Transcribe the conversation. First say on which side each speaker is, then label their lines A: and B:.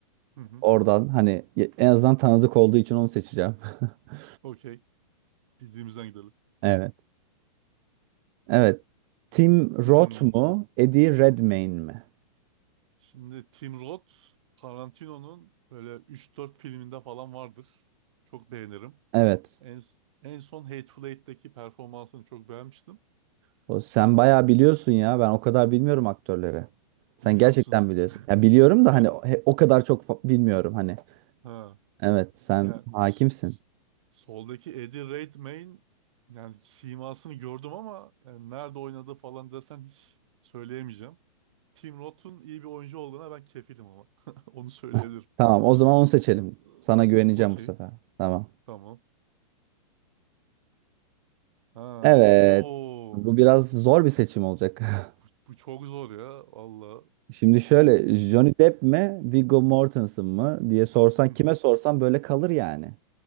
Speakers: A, on the right; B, on the right.
A: Hı hı.
B: Oradan hani en azından tanıdık olduğu için onu seçeceğim. <laughs>
A: Okey. Bildiğimizden gidelim.
B: Evet. Evet. Tim
A: Hmm.
B: Roth mu? Eddie Redmayne mi?
A: Şimdi Tim Roth Tarantino'nun böyle üç dört filminde falan vardır. Çok beğenirim.
B: Evet.
A: En, en son Hateful Eight'teki performansını çok beğenmiştim.
B: O, sen
A: Ee,
B: bayağı biliyorsun ya. Ben o kadar bilmiyorum aktörleri. Sen
A: bilmiyor
B: gerçekten
A: musun?
B: biliyorsun. Ya biliyorum
A: <laughs>
B: da hani o he- o kadar çok fa- bilmiyorum hani.
A: Ha.
B: Evet, sen
A: Yani
B: hakimsin.
A: s- s- soldaki Eddie Redmayne yani simasını gördüm ama yani nerede oynadı falan desen hiç söyleyemeyeceğim. Tim Roth'un iyi bir oyuncu olduğuna ben kefilim ama. <laughs> Onu söyleyebilirim.
B: <laughs> Tamam, o zaman onu seçelim.
A: <laughs>
B: Sana güveneceğim
A: Okey.
B: bu sefer. Tamam.
A: Tamam. Ha,
B: Evet.
A: o
B: Bu biraz zor bir seçim olacak. <laughs>
A: Bu, bu çok zor ya valla.
B: Şimdi şöyle Johnny Depp mi Viggo Mortensen mı diye sorsan
A: Hı hı.
B: kime sorsan böyle kalır yani.